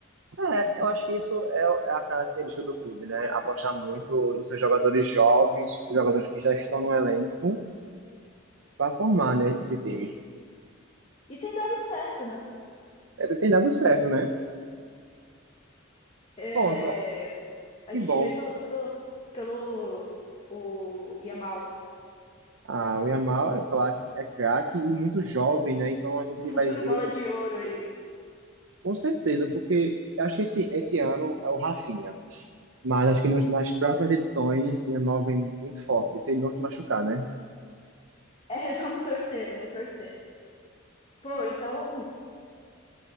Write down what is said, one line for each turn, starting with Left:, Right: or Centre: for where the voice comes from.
Right: É, eu acho que isso é é a característica do clube, né? Apostar muito nos seus jogadores jovens, jogadores que já estão no elenco, para formar, né, esse time.
Left: E tem dado certo, né?
Right: Ele tem dado certo, né?
Left: É,
Right: Ponto.
Left: a
Right: Que
Left: gente
Right: bom.
Left: vê pelo, pelo, pelo o Yamal,
Right: Ah, o Yamal é craque, é craque e muito jovem, né? Então a gente
Left: futuro
Right: vai ver
Left: bola
Right: ele
Left: de ouro aí.
Right: com certeza, porque eu acho que esse, esse ano é o Rafinha. Mas acho que nos- nas próximas edições, o Yamal vem muito forte, se ele não se machucar, né?
Left: É, <laughs> vamos torcer, vamos torcer. Pô, então